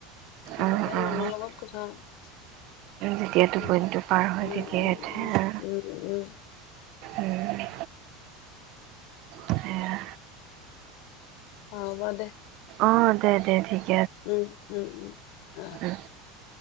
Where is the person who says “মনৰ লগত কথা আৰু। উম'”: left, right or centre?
Left